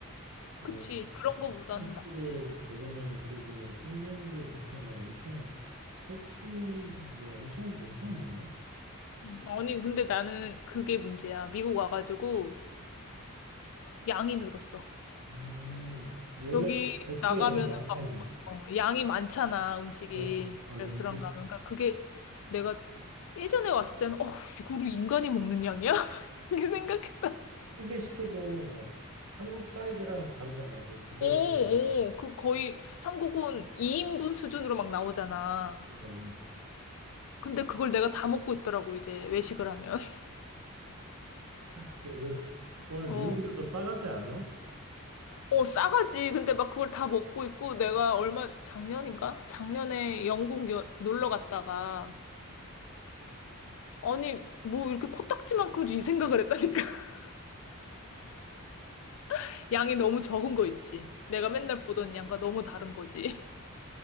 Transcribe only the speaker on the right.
뭐
그런
식으로
먹으면 그래도 성분도 그렇게 막 엄청 살찌 뭐 엄청 엄청 먹나?
음 원래
애초에
양이 많잖아.
맞아 맞아
음식
찌개 시켜도 막 한국 사이즈랑 다르잖아 거의 두 배
가까이 되잖아.
맞아.
그 원래 그 원래
미국인들도 싸가지 않아?
아,